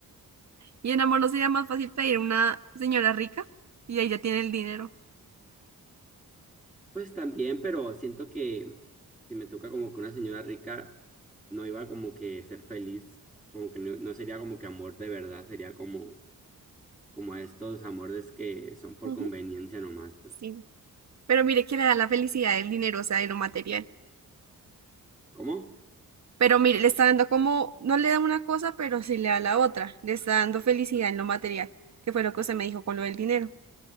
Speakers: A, on the right (about 50°); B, in the centre.
A: Y en amor no sería más fácil pedir una señora rica y ella tiene el dinero.
B: Pues también, pero siento que si me toca como que una señora rica, no iba como que ser feliz, como que no, no sería como que amor de verdad, sería como, como estos amores que son por
A: Ujú,
B: conveniencia nomás, pues.
A: sí. Pero mire que le da la felicidad el dinero, o sea, de lo material.
B: ¿Cómo?
A: Pero mire, le está dando como, no le da una cosa, pero sí le da la otra. Le está dando felicidad en lo material, que fue lo que usted me dijo con lo del dinero.